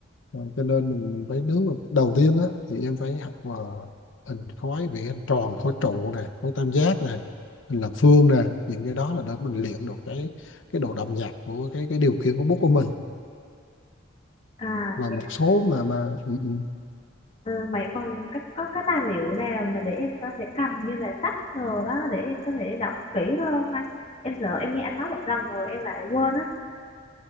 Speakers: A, on the left; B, on the left.
A: rồi, cho nên mình mình phải nếu mà đầu tiên á thì em phải học mà hình khối vì hình tròn khối trụ này khối tam giác này hình lập phương này những cái đó là để mình luyện được cái cái độ đậm nhạt của cái cái điều khiển của bút của mình
B: à
A: và
B: dạ.
A: một số mà mà ừ, ừ.
B: Ờ, vậy còn các có cái tài liệu nào mà để em có thể cầm như là sách rồi đó để em có thể đọc kỹ hơn không anh? Em sợ em nghe anh nói một lần rồi em lại quên á.